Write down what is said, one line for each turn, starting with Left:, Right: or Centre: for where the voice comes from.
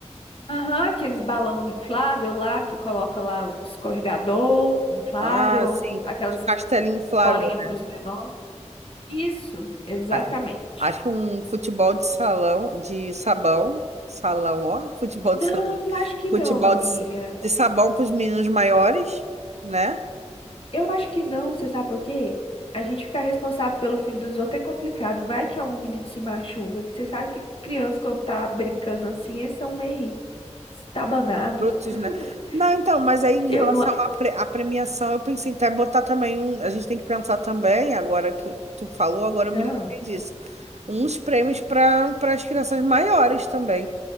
Left: Aham, aqueles balão inflável lá que coloca lá o escorregador inflável,
Right: ah, sim,
Left: aquelas
Right: castelinho inflável,
Left: bolinhas
Right: né,
Left: para os menores. Isso, exatamente.
Right: cara? Acho que um futebol de salão, de sabão, salão, ó, futebol
Left: Não,
Right: de salão,
Left: eu acho que
Right: futebol
Left: não, amiga.
Right: de, de sabão para os meninos maiores, né?
Left: Eu acho que não, você sabe por quê? A gente ficar responsável pelo filho dos outros é complicado. Vai que algum menino se machuca, que você sabe que criança quando tá brincando assim, eles são meio estabanados.
Right: Frutos,
Left: <laughs>
Right: né? Não, então, mas aí em
Left: Eu
Right: relação
Left: não.
Right: à pre- à premiação, eu pensei até botar também um. A gente tem que pensar também, agora que tu falou, agora eu
Left: Ah.
Right: me lembrei disso. Uns prêmios para para as crianças maiores também.